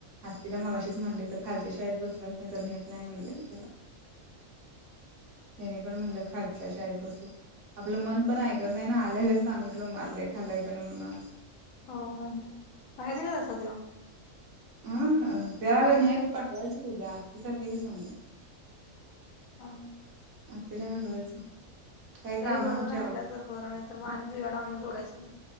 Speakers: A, on the right; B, on the left.
A: आत्तीला मघाशीच म्हणले तर खालच्या शाळेत बसवायच नाही तर न्हेत नाही म्हणलं मी त्याला त्याने पण म्हणलं खालच्या शाळेत बसव आपलं मन पण ऐकत नाही ना आल्यालाच सांगितलं मारलंय खाल्लाय तेनं म्हणूनं आज.
B: ह बाहेर लई असतोय त्यो
A: हं त्याला
B: राहिल
A: नाही
B: काय
A: तर पाठवायचे त्याची आत्ती सांगत्या समजावून.
B: हा,
A: आत्तीला घालवायचं, काय
B: तरी
A: काम आमची
B: बरं राहिला
A: आवर
B: तर बरं नाही तर मग आणि तुझ्याकडं आणून सोडायचं